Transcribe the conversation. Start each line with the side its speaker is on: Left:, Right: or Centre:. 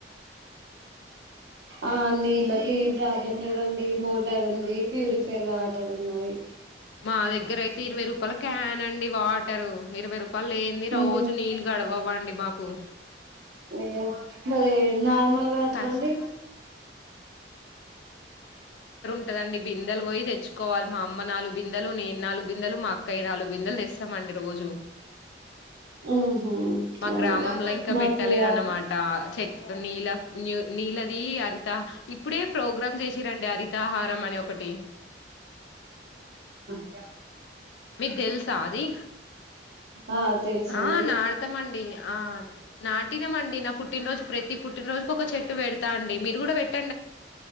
Right: ఆ నీళ్ళు ఏం ప్రాబ్లం లేదండి మోటార్ ఉంది ప్యూరిఫైర్ వాటర్ ఉన్నవి
Left: మా దగ్గర అయితే ఇరవై రూపాయల క్యాన్ అండి వాటరు ఇరవై రూపాయలు లేని రోజు
Right: అయ్యో
Left: నీళ్లు గడవవ్వండి మాకు
Right: అయ్యో మరీ నార్మల్ వాటర్
Left: కష్ట
Right: రండీ
Left: కాదండి బిందెలు పోయి తెచ్చుకోవాలి. మామ్ అమ్మ నాలుగు బిందెలు నేను నాలుగు బిందెలు, మా అక్కయ్య నాలుగు బిందెలు తెస్తామండి రోజు.
Right: ఉహు
Left: మా
Right: అవునా
Left: గ్రామంలో ఇంకా
Right: మాకు
Left: పెట్టలేన్నమాట
Right: వాట
Left: చెట్టు నీలా న్యూ నీల్లది హరిత ఇప్పుడే ప్రోగ్రామ్ చేసిరండి. హరితాహారం అని ఒకటి
Right: యావ్
Left: మీకు తెలుసా అది
Right: ఆ తెలుసండి
Left: ఆ నాడతామండి. ఆ నాటినమండి నా పుట్టినరోజ్ ప్రతి పుట్టినరోజుకి ఒక చెట్టు పెడతా అండి. మీరు కూడా పెట్